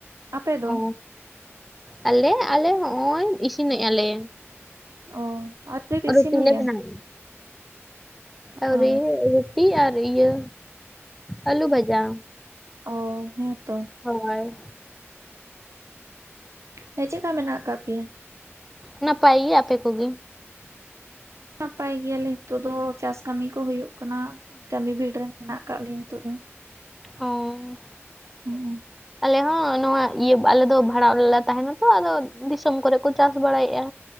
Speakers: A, on the right; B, in the centre.
A: ᱟᱯᱮ ᱫᱚ?
B: ᱚ ᱟᱞᱮ ᱟᱞᱮ ᱦᱚᱸᱜᱼᱚᱭ ᱤᱥᱤᱱᱮᱫᱼᱟ ᱞᱮ
A: ᱚ ᱟᱹᱣᱨᱤ ᱯᱮ
B: ᱨᱩᱴᱤ
A: ᱤᱥᱤᱱ ᱦᱩᱭᱟ
B: ᱞᱮ ᱵᱮᱱᱟᱣᱮᱜᱼᱟ ᱟᱣᱨᱤ
A: ᱚ
B: ᱨᱩᱴᱤ ᱟᱨ ᱤᱭᱟᱹ ᱟᱞᱩ ᱵᱷᱟᱡᱟ
A: ᱚᱻ ᱦᱮᱸᱛᱚ
B: ᱦᱳᱭ
A: ᱦᱮᱸ ᱪᱮᱫᱠᱟ ᱢᱮᱱᱟᱜ ᱟᱠᱟᱫ ᱯᱮᱭᱟ?
B: ᱱᱟᱯᱟᱭ ᱜᱮ ᱟᱯᱮ ᱠᱚᱜᱮ?
A: ᱱᱟᱯᱟᱭ ᱜᱮᱭᱟᱞᱮ ᱱᱤᱛᱚᱜ ᱫᱚ ᱪᱟᱥ ᱠᱟᱹᱢᱤ ᱠᱚ ᱦᱩᱭᱩᱜ ᱠᱟᱱᱟ ᱠᱟᱹᱢᱤ ᱵᱷᱤᱲ ᱨᱮ ᱢᱮᱱᱟᱜ ᱟᱠᱟᱫ ᱞᱮᱭᱟ ᱱᱤᱛᱚᱜ ᱫᱚ
B: ᱚᱻ
A: ᱦᱚᱸ
B: ᱟᱞᱮ ᱦᱚᱸ ᱱᱚᱣᱟ ᱤᱭᱟᱹ ᱟᱞᱮ ᱫᱚ ᱵᱷᱟᱲᱟ ᱨᱮᱞᱮ ᱛᱟᱦᱮᱱᱟ ᱛᱚ ᱟᱫᱚ ᱫᱤᱥᱚᱢ ᱠᱚᱨᱮ ᱠᱚ ᱪᱟᱥ ᱵᱟᱲᱟᱭᱮᱫᱼᱟ